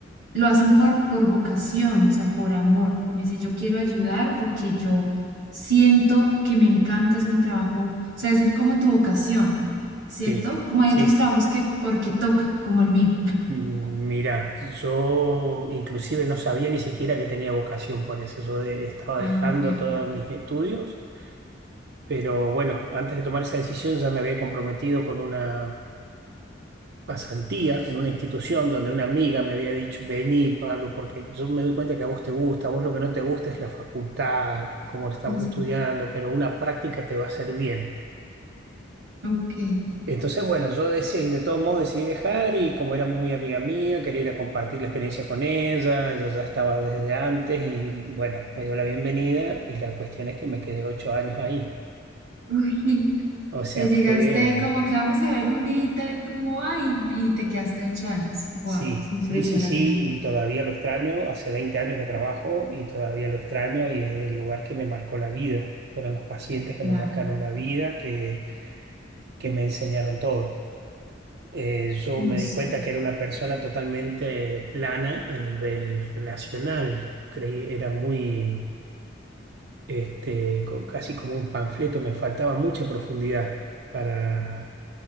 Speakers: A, on the right; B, on the right.
A: lo hacen por, por vocación, o sea, por amor. Como dice, yo quiero ayudar porque yo siento que me encanta, es mi trabajo, o sea, es como tu vocación, ¿cierto?
B: Sí,
A: Como hay
B: sí,
A: otros trabajos que porque toca, como el mío.
B: Mm, Mira, yo inclusive no sabía ni siquiera que tenía vocación por eso. Yo de- estaba
A: Ah,
B: dejando
A: ok.
B: todos mis estudios, pero bueno, antes de tomar esa decisión ya me había comprometido con una pasantía en una institución donde una amiga me había dicho, vení, Pablo, porque yo me doy cuenta que a vos te gusta, a vos lo que no te gusta es la facultad, cómo estamos
A: Sí, sí.
B: estudiando, pero una práctica te va a hacer bien.
A: Ok.
B: Entonces, bueno, yo decidí, de todos modos decidí dejar y como era muy amiga mía, quería ir a compartir la experiencia con ella, ella ya estaba desde antes y bueno, me dio la bienvenida y la cuestión es que me quedé ocho años ahí.
A: <laughs>
B: O sea,
A: Te llegaste
B: fue,
A: como que vamos a ver un día, a ver cómo va, y, y te quedaste ocho años. Wow,
B: sí,
A: es impresionante.
B: sí, sí, sí, y todavía lo extraño, hace 20 años que trabajo y todavía lo extraño y es el lugar que me marcó la vida. Fueron los pacientes que
A: Claro,
B: me marcaron la vida, que, que me enseñaron todo. eh, yo
A: no
B: me
A: sé,
B: di cuenta que era una persona totalmente plana a nivel relacional. Creí, era muy, este, co- casi como un panfleto, me faltaba mucha profundidad para,